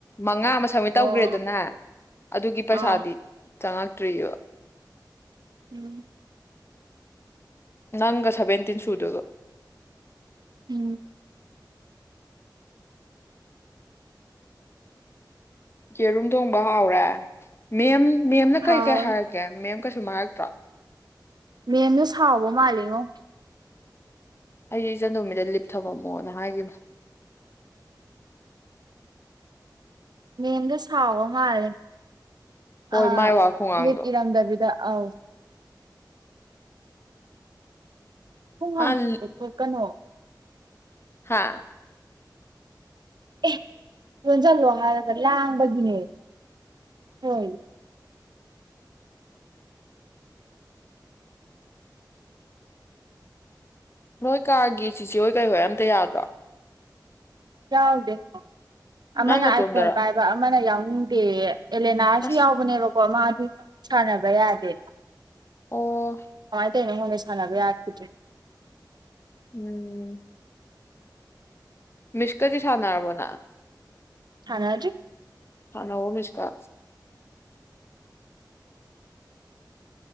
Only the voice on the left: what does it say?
ꯃꯉꯥ ꯑꯃ ꯁꯃꯤꯠ ꯇꯧꯒ꯭ꯔꯦꯗꯅ
ꯑꯗꯨꯒꯤ ꯄꯩꯁꯥꯗꯤ
ꯆꯪꯉꯛꯇ꯭ꯔꯤꯕ
ꯅꯪꯒ ꯁꯕꯦꯟꯇꯤꯟ ꯁꯨꯗꯣꯏꯕ
ꯌꯦꯔꯨꯝ ꯊꯣꯡꯕ ꯍꯥꯎꯔꯦ ꯃꯦꯝ ꯃꯦꯝꯅ
ꯀꯩ ꯀꯩ ꯍꯥꯏꯔꯛꯀꯦ ꯃꯦꯝꯀ ꯍꯥꯏꯔꯛꯇ꯭ꯔꯣ
ꯑꯩꯗꯤ ꯏꯆꯟ ꯇꯣꯝꯕꯤꯗ ꯂꯤꯞ ꯊꯝꯃꯝꯃꯣꯅ ꯍꯥꯏꯒꯤꯝꯅꯦ
ꯍꯣꯏ
ꯃꯥꯏ ꯋꯥ ꯈꯣꯡꯒꯥꯡꯗꯣ
ꯑꯥ ꯂꯤ
ꯍꯥꯥ
ꯅꯣꯏ ꯀꯥꯒꯤ ꯆꯤꯆꯦ ꯍꯣꯏ ꯀꯩ ꯍꯣꯏ ꯑꯝꯇ ꯌꯥꯗꯣ
ꯅꯪ ꯅꯇꯣꯝꯗꯔ
ꯑꯁ
ꯑꯣ
ꯎꯝ ꯃꯤꯁ ꯀꯗꯤ ꯁꯥꯅꯔꯕꯣ ꯅꯪ
ꯁꯅꯧ ꯑꯣ ꯃꯤꯗ ꯀ